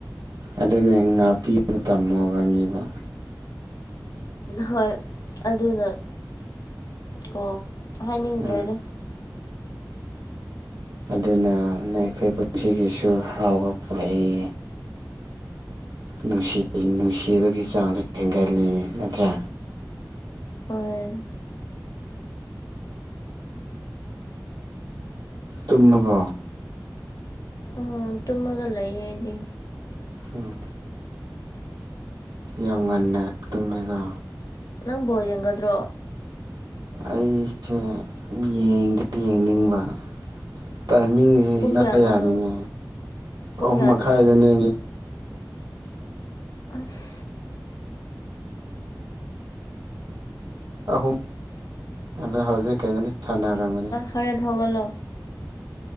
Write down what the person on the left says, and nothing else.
ꯍꯣꯏ ꯑꯗꯨꯅ ꯀꯣ ꯍꯥꯏꯅꯤꯡꯗ꯭ꯔꯣꯏꯗꯣ
ꯍꯣꯏ
ꯎꯝ ꯇꯨꯃꯒ ꯂꯩ ꯂꯩꯌꯦꯦꯗꯤ
ꯅꯪꯕꯣꯔ ꯌꯦꯡꯒꯗ꯭ꯔꯣ
ꯄꯨꯡ
ꯀꯌꯥꯗꯅꯣ
ꯄꯨꯡ
ꯀꯌꯥꯗꯅꯣ
ꯑꯐ
ꯍꯔꯦ ꯒꯜꯂꯣ